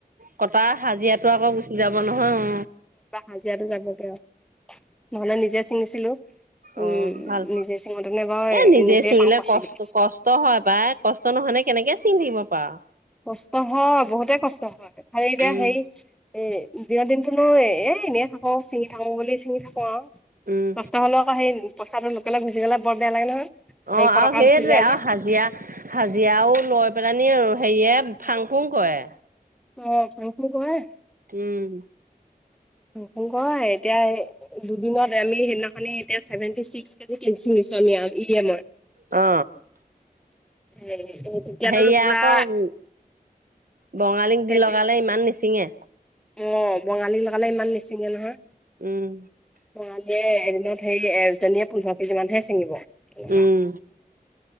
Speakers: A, on the right; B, in the centre.
A: কটা হাজিৰাটো আকৌ গুচি যাব নহয় অ
B: বা হাজিৰাটো যাবগে অ নহলে নিজে ছিঙিছিলো
A: অ'।
B: উম
A: ভাল
B: নিজে চিঙতেনে বাৰু
A: এ
B: নিজে
A: ছিঙিলে
B: পাওঁ পইচা
A: কষ্ট
B: কেইটা
A: কষ্ট হয় পাই কষ্ট নহয়নে কেনেকে চিঙি থাকিব পাৱ
B: কষ্ট হয় বহুতে কষ্ট হয় খালি এতিয়া
A: উম,
B: হেই এ দিনৰ দিনতো ন এ এনেই থাকো চিঙি থাকো বুলি চিঙি থাকো আউ
A: উম।
B: কষ্ট হলো আকৌ সেই পইচাটো লোকলে গুচি গ'লে বৰ বেয়া লাগে নহয় চাৰিশ
A: অ আউ
B: টকা
A: সেইটোৱে
B: গুচি যায় যে
A: আউ হাজিয়া হাজিয়াও লৈ পেলানি আৰু হেৰিয়ে ফাং ফুং কয়ে
B: অ ফাং ফুং কৰে
A: উম
B: নতুন ক এতিয়া দুদিনত আমি সেইদিনাখন এতিয়া চছেভেন্টি চিক্স নিছো আমি ইতিয়ালৈ
A: অ
B: এ এ তেতিয়া
A: হেৰিয়া
B: ত পুৰা
A: আকৌ বঙালীক
B: সেই
A: দি লগালে ইমান নিচিঙে
B: অ বঙালী লগালে ইমান নিচিঙে নহয়
A: উম
B: বঙালীয়ে এদিনত হেই এজনীয়ে পোন্ধৰ কেজি মান হে চিঙিব এনেকুৱা
A: উম